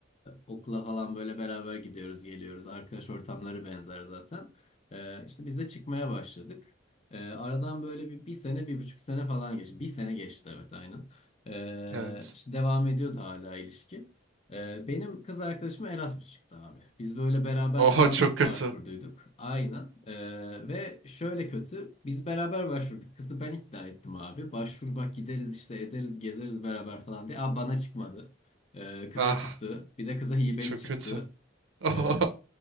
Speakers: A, on the left; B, on the right.
A: okula falan böyle beraber gidiyoruz geliyoruz. Arkadaş ortamları benzer zaten. E, işte biz de çıkmaya başladık. E, aradan böyle bir, bir sene bir buçuk sene falan geçti. Bir sene geçti evet aynen. E,
B: Evet.
A: işte devam ediyordu hala ilişki. Ee, benim kız arkadaşıma Erasmus çıktı abi. Biz böyle beraber
B: Oho
A: falan
B: çok kötü.
A: başvurduyduk. Aynen. Ee, ve şöyle kötü. Biz beraber başvurduk. Kızı ben ikna ettim abi. Başvur bak gideriz işte ederiz gezeriz beraber falan diye. Aa bana çıkmadı. Ee, kıza
B: Ah
A: çıktı. Bir de kıza hibeli
B: çok
A: çıktı.
B: kötü. <laughs>
A: Ee,